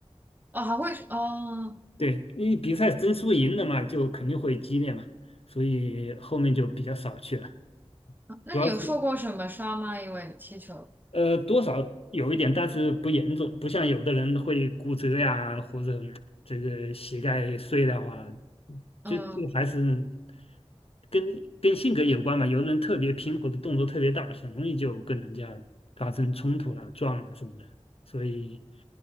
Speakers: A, on the right; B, on the left.
A: 哦，还会哦，
B: 对，因为比赛争输赢的嘛，就肯定会激烈嘛，所以后面就比较少去了。
A: 那你有受过什么伤吗？
B: 主要是。
A: 因为踢球，
B: 呃，多少有一点，但是不严重，不像有的人会骨折呀，或者这个膝盖碎了啊，
A: 嗯，
B: 就就还是跟跟性格有关嘛。有的人特别平和的动作特别大，很容易就跟人家发生冲突了、撞了什么的。所以